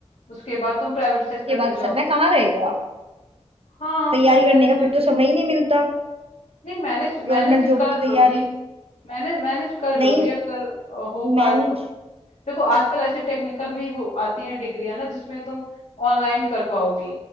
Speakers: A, on the left; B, on the right.
A: उसके बाद तुम प्राइवेट सेक्टर
B: उसके बाद
A: में जाओ
B: समय कहाँ रहेगा
A: हाँ
B: तैयारी
A: समय
B: करने का
A: का
B: फिर तो समय
A: तो
B: ही नहीं मिलता
A: नहीं मैनेज
B: गवर्नमेंट
A: मैनेज
B: जॉब
A: कर
B: की तैयारी
A: लोगी मैनेज मैनेज कर लोगी
B: नहीं
A: अगर अ, हो पा
B: मैनेज
A: देखो आजकल ऐसी टेक्निकल भी हो आती हैं डिग्रियां ना जिसमें तुम ऑनलाइन कर पाओगी